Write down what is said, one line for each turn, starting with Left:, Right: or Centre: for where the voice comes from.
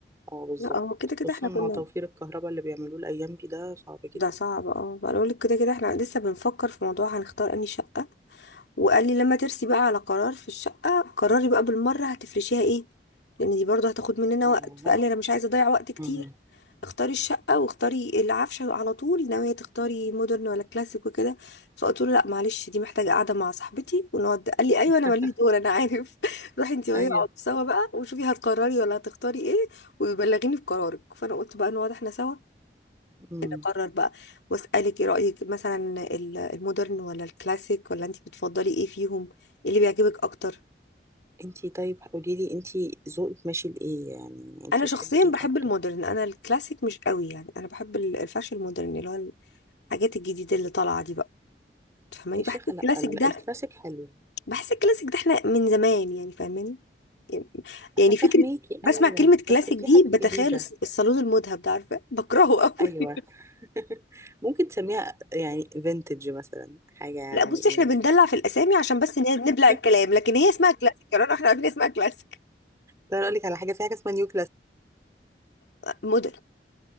Right: اه بالظبط
Left: لا هو كده كده
Right: خصوصا
Left: احنا
Right: مع
Left: كنا
Right: توفير الكهرباء اللي بيعملوه الايام دي ده صعب جدا
Left: ده صعب اه بقول لك كده كده احنا لسه بنفكر في موضوع هنختار اني شقة وقال لي لما ترسي بقى على قرار في الشقة قرري بقى بالمرة هتفرشيها ايه لان دي برضه هتاخد مننا
Right: اه
Left: وقت فقال لي انا مش عايزة اضيع وقت كتير
Right: مم.
Left: اختاري الشقة واختاري العفشة على طول ناوية تختاري مودرن ولا كلاسيك وكده فقلت له لا معلش دي محتاجة قعدة مع صاحبتي ونقعد قال لي
Right: <laughs>
Left: ايوه انا ماليش دور انا عارف <laughs> روحي انت وهي
Right: ايوه
Left: اقعدوا سوا بقى وشوفي هتقرري ولا هتختاري ايه وبلغيني بقرارك فانا قلت بقى نقعد احنا سوا
Right: امم
Left: نقرر بقى واسالك ايه رايك مثلا ال- المودرن ولا الكلاسيك ولا انت بتفضلي ايه فيهم ايه اللي بيعجبك اكتر
Right: انتي طيب قولي لي انتي ذوقك ماشي لايه يعني انتي
Left: انا شخصيا
Right: بتحبي ايه
Left: بحب
Right: اكتر
Left: المودرن انا الكلاسيك مش قوي يعني انا بحب ال- الفاشن المودرن اللي هو الحاجات الجديده اللي طالعه دي بقى تفهماني
Right: يا
Left: بحس
Right: شيخه
Left: الكلاسيك
Right: لا ال-
Left: ده
Right: الكلاسيك حلو
Left: بحس الكلاسيك ده احنا من زمان يعني فاهماني يعني يعني
Right: انا فاهماكي
Left: فكره بسمع
Right: ايوه
Left: كلمه كلاسيك
Right: بس
Left: دي
Right: في حاجات
Left: بتخيل
Right: جديده
Left: الص- الصالون المذهب ده عارفه بكرهه قوي
Right: ايوه
Left: <laughs>
Right: <laughs> ممكن تسميها يعني فينتج مثلا حاجه يعني
Left: لا بصي
Right: ايه
Left: احنا بندلع في الاسامي عشان بس ن- نبلع الكلام
Right: <laughs>
Left: لكن هي اسمها كلاسيك يعني احنا عارفين اسمها كلاسيك
Right: ترى اقول لك على حاجه في حاجه اسمها نيو
Left: مدن